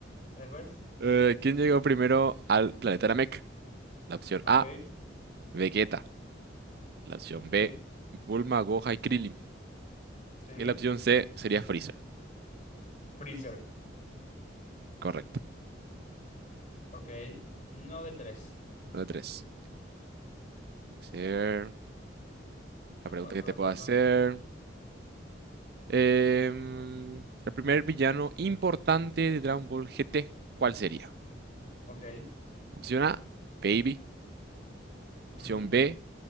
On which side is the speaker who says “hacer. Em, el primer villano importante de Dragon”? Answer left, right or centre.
Right